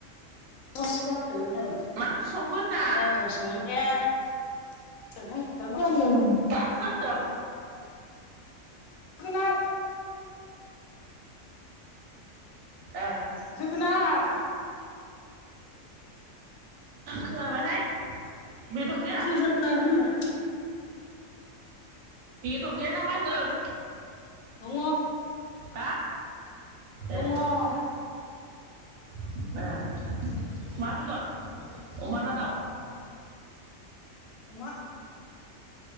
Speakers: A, on the left; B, on the right.
A: <unintelligible> आरो
B: मा ओंख्रि संखो होनदां
A: जागौसोमोन <unintelligible>
B: दासो जानदों?
A: जोगोनार
B: ए।
A: जोगोनार
B: खोनाबायहाय बेदर गैया?
A: जोगोनार होनदां
B: बेदर गैया नामा होनदों?
A: दङ
B: हा
A: दङ।
B: ए ए
A: <inaudible>
B: अमा बेदर अमाना दाउ?
A: अमा।